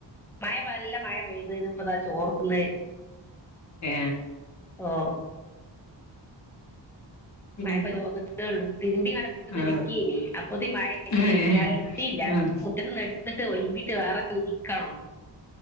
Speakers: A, in the centre; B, on the left.
A: മഴ നല്ല മഴ പെയ്ത് ഇപ്പതാ ചോർ ന്ന്
B: ഏ
A: ഓ
B: പിന്നെ
A: മഴപ്പ ചോർന്ന്ട്ടോളൂ തിരുമ്പി ങ്ങടെ കുത്തർന്ന്
B: ആഹ്
A: ചിക്കിനി അപ്പൊത്തിന് മഴയത്
B: ഏഹ്
A: പിന്നെ അത് ഇട്ത്തില അത്
B: ആഹ്
A: മുറ്റ ത്ത്ന്ന് എ ട് ത്ത്ട്ട് ഒൽമ്പിട്ട് വേറെ <unintelligible> ചിക്കണം